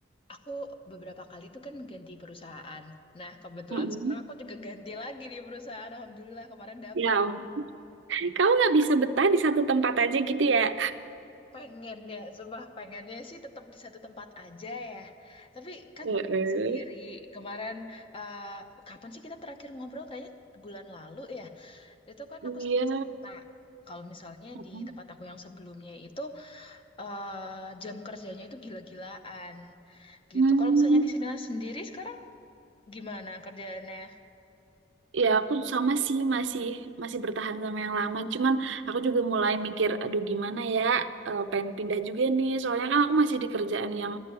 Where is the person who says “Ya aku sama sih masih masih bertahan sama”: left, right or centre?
Right